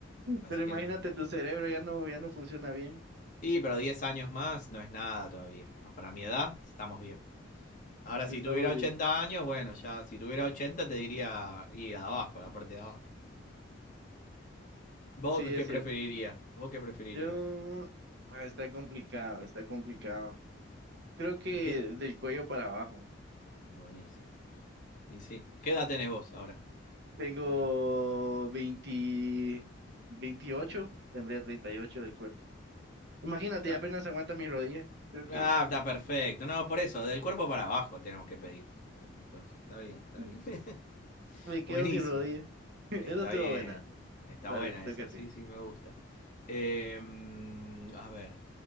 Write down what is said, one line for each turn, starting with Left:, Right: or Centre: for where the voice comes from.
Left: Así
Right: Pero imagínate,
Left: que no,
Right: tu cerebro ya no, ya no funciona bien.
Left: Sí, pero 10 años más no es nada todavía. Ah, Para mi edad estamos bien. Ahora,
Right: Estamos
Left: si tuviera 80
Right: de...
Left: años, bueno, ya si tuviera 80 te diría ir a abajo, la parte de abajo. ¿Vos
Right: Sí, es
Left: qué
Right: cierto.
Left: preferirías? ¿Vos qué preferirías?
Right: Yo... Ah, está complicado, está complicado. Creo que
Left: ¿Qué?
Right: del cuello para abajo.
Left: Buenísimo. Y sí. ¿Qué edad tenés vos ahora?
Right: Tengo
Left: A mí.
Right: 20... 28, tendría 38 de cuerpo. Imagínate,
Left: Claro.
Right: apenas aguanta mi rodilla. Creo que
Left: Ah, está perfecto. No, por eso, del cuerpo para abajo tenemos que pedir. Entonces, está bien, está
Right: Mm.
Left: bien. <laughs>
Right: me quedo
Left: Buenísimo.
Right: sin rodilla. <laughs> Eso
Left: Está
Right: estuvo
Left: bien.
Right: buena.
Left: Está
Right: Dale,
Left: buena
Right: te toca
Left: esa,
Right: a ti.
Left: sí, sí, me gusta. Em, a ver.